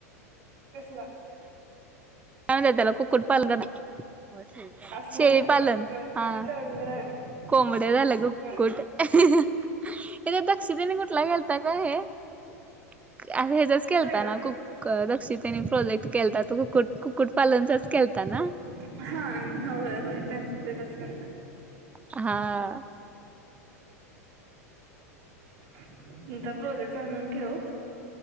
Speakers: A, on the right; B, on the right.
A: कसला?
B: काय म्हणत्यात त्याला कुक्कुट पालण करणार
A: असं
B: शेळीपालन
A: आहे व्हय बर
B: हा
A: आता तेवढंच राहिलं
B: कोंबड्या झाल्या गं कुक्कुट
A: बर
B: ये ते दक्षिणेला कुठला गेलता गं हे, अगं हेचच हेचाच केलता
A: काय ग?
B: ना दक्षीतेने प्रोजेक्ट केलता तो कुक्कुट कुक्कुट पालनचाच केलता ना?
A: हा होय होय त्यांच तेचाच केलता.
B: हा.
A: त्यांचा प्रोजेक्ट आणून ठेव